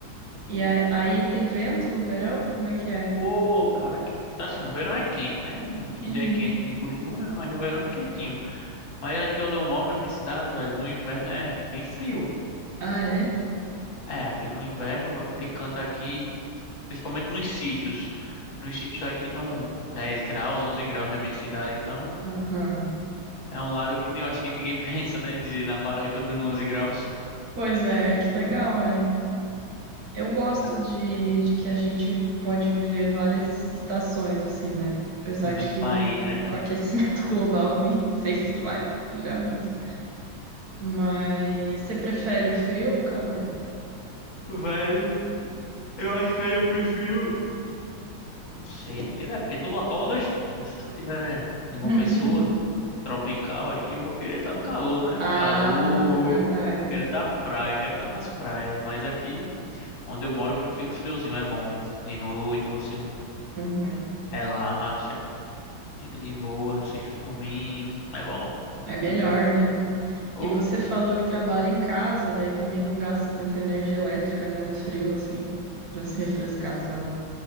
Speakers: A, on the right; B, on the left.
A: E a- aí tem vento no verão? Como é que é?
B: Pô, cara, que tá assim, no verão é quente, né? Aqui
A: Uhum.
B: já é quente de costume, mas no verão é quentinho. Mas aqui onde eu moro, na minha cidade, velho, no inverno é bem frio.
A: Ah, é?
B: É, aqui no inverno tem canto aqui, principalmente nos sítios. Nos sítios aqui dão 10 graus, 11 graus na minha cidade, então
A: Aham.
B: é um lado que eu acho que ninguém <laughs> pensa, né? Dizer na Paraíba dando 11 graus
A: Pois é, que legal, é. Eu gosto
B: aqui
A: de, de que a gente pode viver várias estações, assim, né? Apesar
B: no mesmo
A: de que
B: país, né, cara?
A: com o aquecimento <laughs> global nem sei se vai durar muito. Mas você prefere o frio ou o calor?
B: Velho, eu acho que aí eu prefiro. Não sei, é porque depende do local onde eu esteja, né? Se eu tiver em
A: <laughs>
B: uma pessoa tropical aqui, eu vou querer estar no calor, né?
A: Ah,
B: Calor,
A: é verdade.
B: quero estar praia, quero estar nas praias, mas aqui. Onde eu moro, eu prefiro o friozinho. É bom. De noite você
A: Uhum.
B: relaxa, fica de boa, assiste um filminho. É bom. O
A: É melhor,
B: friozinho.
A: né?
B: Ou,
A: E você falou que trabalha em casa, daí também não gasta tanta energia elétrica, né? No frio, assim, pra se refrescar, sei lá.